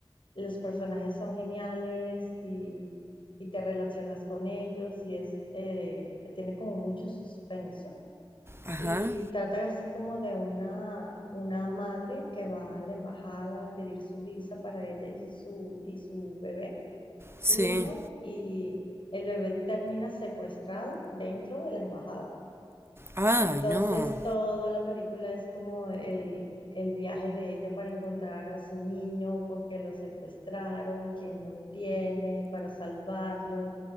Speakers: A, on the left; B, on the right.
A: los personajes son geniales y, y te relacionas con ellos y es, eh, tiene como mucho suspenso
B: ajá,
A: y trata así como de una, una madre que va a la embajada a pedir su visa para ella y su, y su bebé, su
B: sí.
A: hijo, y el bebé termina secuestrado dentro de la embajada.
B: Ay,
A: Entonces
B: no.
A: toda la película es como el, el viaje de ella para encontrar a su niño, porque lo secuestraron, quién lo tiene, para salvarlo.